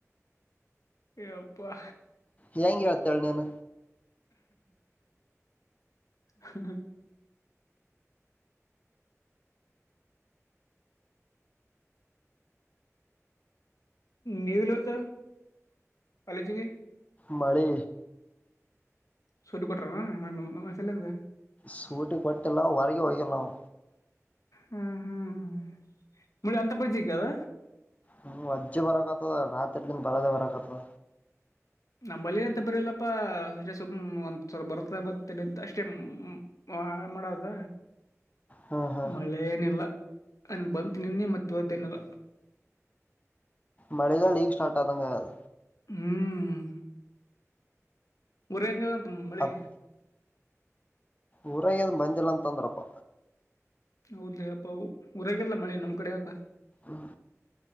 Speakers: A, on the left; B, on the left.
A: ಯಪ್ಪ
B: ಹೆಂಗ ಹೇಳತ್ತ ಎರನೇನ
A: ಹ್ಮ ನೀವಲತ ಕಾಲೇಜಿಗೆ
B: ಮಳಿ
A: ಸುಟ್ಟ ಕೊಟ್ರಸಲ್ಲಂದ
B: ಸೂಟಿ ಕೊಟ್ಟಲ್ಲಾ ಹೊರಗೆ ಹೋಗಲ್ಲವು
A: ಹ್ಮ್ ಹ್ಮ್ ಹ್ಮ್ ಮಳಿ ಅಂತ ಪರಿಚಯಕ್ಕೆ ಅದ
B: ಹ್ಮ ಅಜ್ಜ ಬರಕ ಆತದ ರಾತ್ರಿಲಿಿಂದ ಬರದೇ ಬರಕ ಆತದ
A: ನಮ್ಮಂಬಳಿ ಅಂತ ಬರಿಲ್ಲಪ್ಪ ಸುಮ್ ಒಂದ್ಸವರ ಬರುತ್ತ ಮತ್ತೆಂತ ಅಷ್ಟೇ ಹ ಆಳು ಮಾಡೋದ.
B: ಹ್ಮ್ ಹ್ಮ್
A: ಮಳೆ ಏನಿಲ್ಲ ಬಂತ ನಿನ್ನೆ ಮತ್ತಇವತ್ತ ಏನಿಲ್ಲ.
B: ಮಳಿಗಾಲ ಈಗ ಸ್ಟಾರ್ಟ್ ಆದಂಗ ಆಗ್ಯಾದ.
A: ಹ್ಮ್ ಊರ ಎಂಗ್ ಆದ ಅಂತ ಮಳಿ.
B: ಅದ್ ಊರಾಗ ಅದ್ ಬಂದಿಲ್ಲ ಅಂತಂದ್ರಪ್ಪ
A: ಹೌದ್ರಿ ಅಪ್ಪ ಹೊಊರಾಗಲ್ಲ ಮಳೆ ನಮ್ ಕಡೆ ಆದತ
B: ್ಮ